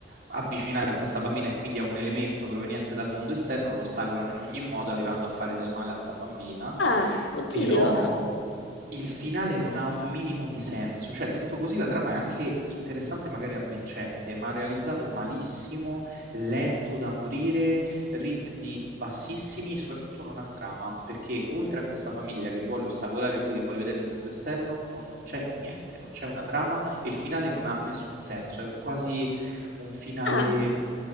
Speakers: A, on the right; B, on the left.
A: avvicinare a questa bambina e quindi a un elemento proveniente dal mondo esterno, lo ostacolano in ogni modo, arrivando a fare del male a sta bambina.
B: Ah, oddio.
A: Però il finale non ha un minimo di senso. Cioè, detto così, la trama è anche interessante, magari avvincente, ma realizzato malissimo, lento da morire, ritmi bassissimi e soprattutto non ha trama, perché oltre a questa famiglia che vuole ostacolare lui, che vuole vedere il mondo esterno, non c'è niente, non c'è una trama e il finale non ha nessun senso. È quasi un finale
B: Ah,
A: eh,